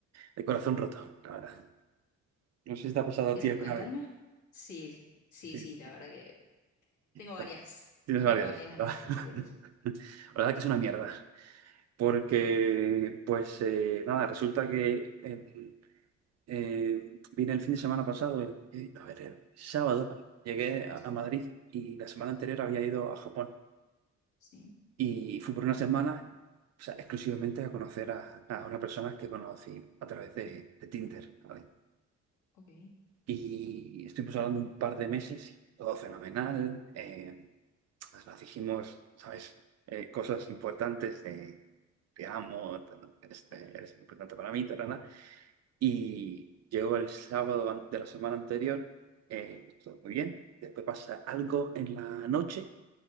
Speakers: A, on the right; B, on the left.
A: de corazón roto, la verdad. No sé si te ha pasado a
B: ¿Quieres
A: ti alguna
B: contarme?
A: vez.
B: Sí, sí,
A: Sí,
B: sí, la verdad que tengo varias,
A: te- tienes
B: tengo
A: varias.
B: varias anécdotas
A: ¿no? <laughs>
B: si quieres.
A: La verdad que es una mierda, porque
B: Sí,
A: pues eh, nada, resulta que eh, Eh, vine el fin de semana pasado, el- eh, a ver, el sábado, ¿vale? Llegué a,
B: sí,
A: a Madrid y la semana anterior había ido a Japón
B: sí,
A: y fui por una semana, o sea, exclusivamente a conocer a, a una persona que conocí a través de, de Tinder, ¿vale?
B: ok,
A: Y estuvimos hablando un par de meses, todo fenomenal, eh, nos dijimos, ¿sabes? Eh, cosas importantes de te amo, te- este,
B: claro,
A: eres importante para mí, tal, Y llegó el sábado an- de la semana anterior, eh, todo muy bien. Después pasa algo en la noche